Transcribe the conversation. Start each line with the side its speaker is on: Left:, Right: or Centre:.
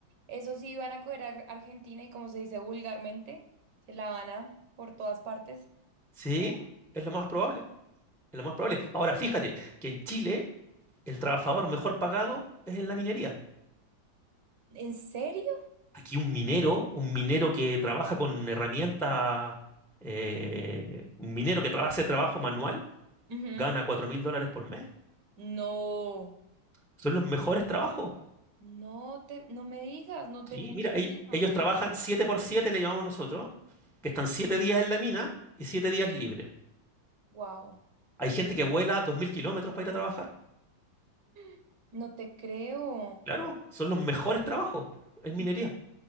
Right: Eso sí, van a coger a Ar- Argentina y como se dice vulgarmente, se la van a por todas partes.
Centre: Sí,
Right: O sea,
Centre: es lo más probable. Es lo más probable. Ahora, fíjate que en Chile el trabajador mejor pagado es en la minería.
Right: ¿En serio?
Centre: Aquí un minero, un minero que trabaja con herramientas, eh, un minero que trabaja, hace trabajo manual,
Right: Ujú.
Centre: gana cuatro mil dólares por mes.
Right: No,
Centre: Son los mejores trabajos.
Right: no te, no me digas, no tenía
Centre: Sí, mira,
Right: ni
Centre: ell-
Right: idea.
Centre: ellos trabajan 7 por 7 le llamamos nosotros, que están 7 días en la mina y 7 días libres.
Right: Wow,
Centre: Hay gente que vuela 2.000 kilómetros para ir a trabajar.
Right: <gasps> no te creo.
Centre: Claro, son los mejores trabajos en
Right: Y
Centre: minería.